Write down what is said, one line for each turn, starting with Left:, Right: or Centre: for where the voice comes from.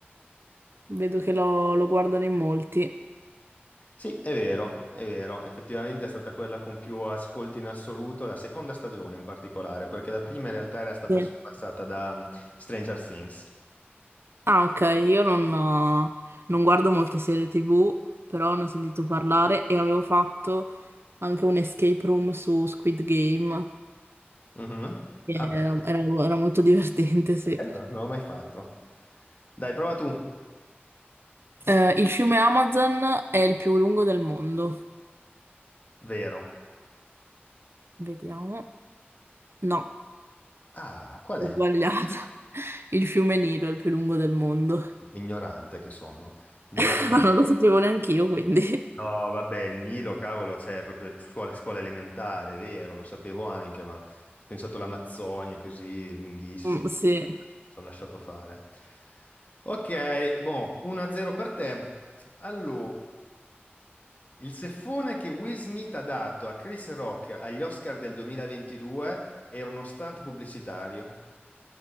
Right: vedo che lo, lo guardano in molti.
Left: Sì, è vero, è vero, effettivamente è stata quella con più ascolti in assoluto, la seconda stagione in particolare, perché la prima in realtà era stata
Right: Sì.
Left: sorpassata da mm, Stranger Things.
Right: Ah, ok, io non, non guardo molte serie TV, però ne ho sentito parlare e avevo fatto anche un escape room su Squid Game.
Left: Mhm.
Right: che
Left: Ah, beh,
Right: Era, era- era molto <laughs> divertente, sì.
Left: bello, non l'ho mai fatto. Dai, prova tu.
Right: Eh, il fiume Amazon è il più lungo del mondo.
Left: Vero.
Right: Vediamo. No,
Left: Ah, qual
Right: ho
Left: è?
Right: sbagliato. Il fiume Nilo è il più lungo del mondo.
Left: Ignorante che sono. Vero.
Right: <laughs> Ma non lo sapevo neanche io, quindi...
Left: No, vabbè, il Nilo, cavolo, c'è proprio scuola, scuola elementare, è vero, lo sapevo anche, ma ho pensato all'Amazzonia così, è lunghissimo,
Right: Mm, sì.
Left: ci ho lasciato fare. Ok, boh, 1-0 per te. Allora, il ceffone che Will Smith ha dato a Chris Rock agli Oscar del 2022 era uno stunt pubblicitario?